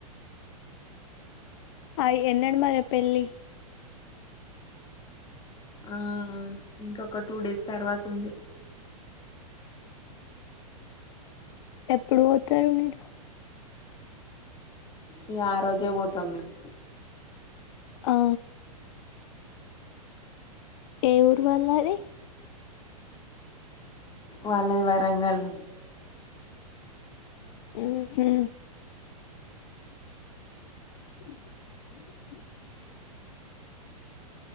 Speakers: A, on the left; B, on the left.
A: అయి ఎన్నాడు మరే పెళ్ళి
B: ఆ ఇంకొక టూ డేస్ తర్వాత స్తుంది
A: ఎప్పుడు పోతారు మీరు
B: ఇంక ఆ రోజే పోతాం మేము
A: ఆ ఎవరు వాళ్ళది
B: వాళ్ళది వరంగల్
A: హ్మ్ హు బైబిలు